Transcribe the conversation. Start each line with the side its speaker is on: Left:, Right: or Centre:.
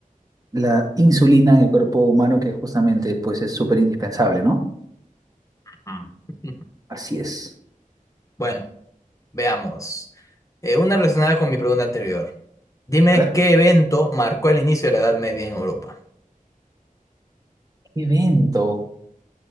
Right: la insulina en el cuerpo humano, que justamente, pues es súper indispensable, ¿no?
Left: Mm. <laughs>
Right: Así es.
Left: Bueno, veamos. Eh, una relacionada con mi pregunta anterior. Dime
Right: A ver,
Left: qué evento marcó el inicio de la Edad Media en Europa.
Right: ¿qué evento?